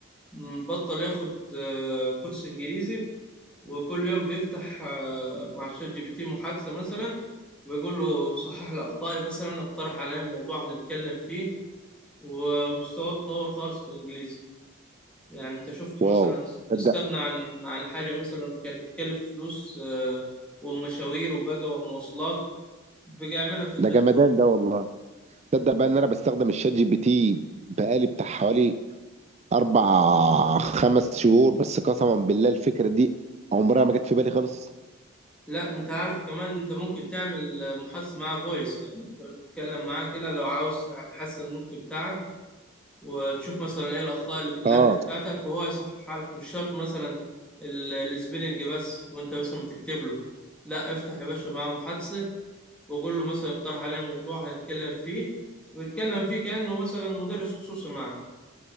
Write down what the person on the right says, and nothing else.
واو
تصدق
ده جمدان
ده والله تصدق بقى ان انا بستخدم الشات جي بي تي بقالي بتاع حوالي اربع خمس شهور بس قسما بالله الفكره دي عمرها ما جت في بالي خالص
اه